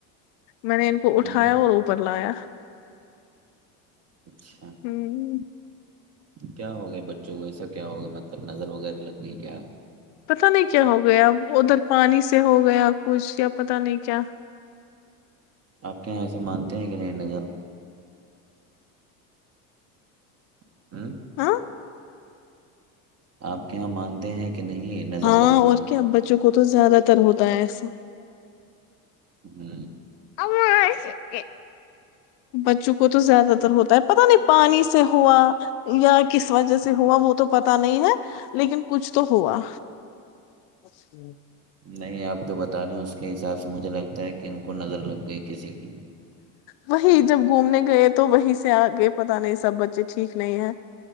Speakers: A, on the left; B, on the right.
A: میں نے ان کو اٹھایا
B: ہوں
A: اور اوپر لایا
B: اچھا
A: <inaudible>
B: کیا ہو گیا بچوں کو ایسا کیا ہوگا مطلب نظر وغیرہ لگ گئی کیا
A: پتا نہیں کیا ہو گیا ادھر پانی سے ہو گیا کچھ یا پتا نہیں کیا
B: آپ کے یہاں ایسے مانتے ہیں کہ نہیں نظر <inaudible>
A: ہاں
B: آپ کےاں مانتے ہیں کہ نہیں نظر
A: ہاں
B: لگنا
A: اور کیا بچوں کو تو زیادہ تر ہوتا ہے ایسا
B: جی
A: <inaudible> بچوں کو تو زیادہ تر ہوتا ہے پتا نہیں پانی سے ہوا یا کس و جہ سے ہوا وہ تو پتا نہیں ہے لیکن کچھ تو ہوا اچھا
B: نہیں آپ جو بتا رہے اس کے حساب سے مجھے لگتا ہے کہ ان کو نظر لگ گئی کسی کی
A: وہی جب گھومنے گئے تو وہی سے آگے پت نہیں سب بچے ٹھیک نہیں ہیں